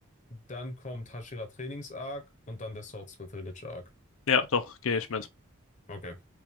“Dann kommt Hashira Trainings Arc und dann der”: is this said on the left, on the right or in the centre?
Left